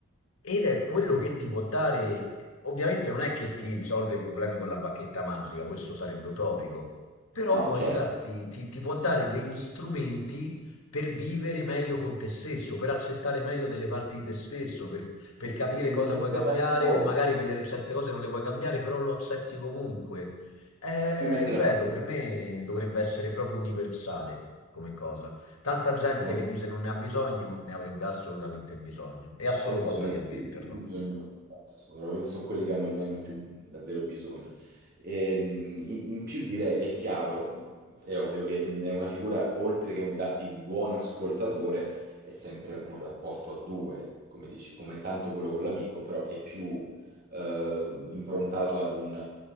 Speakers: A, on the left; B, on the right.
A: Ed è quello che ti può dare, ovviamente non è che ti risolve i problemi con la bacchetta magica, questo sarebbe utopico, però
B: No,
A: può
B: certo,
A: aiutarti, ti, ti può dare degli strumenti per vivere meglio con te stesso, per accettare meglio delle parti di te stesso, per, per capire
B: per metterla
A: cosa puoi cambiare
B: a fuoco,
A: o magari vedere certe cose non le puoi cambiare, però lo accetti comunque. Eh,
B: per metterla
A: ripeto,
B: a fuoco.
A: per me dovrebbe essere proprio universale come cosa. Tanta gente
B: Sono,
A: che dice non ne ha bisogno, ne avrebbe assolutamente bisogno e ha solo
B: sicuramente
A: paura
B: sono i
A: di ammetterlo.
B: più i più bisogno, esatto, sono- veramente sono quelli che hanno, ne hanno più davvero bisogno. E, mh, in, in più direi, è chiaro, è ovvio che è una figura, oltre che un da- di buon ascoltatore, è sempre un rapporto a due, come dici, come tanto quello con l'amico, però è più eh, improntato ad un,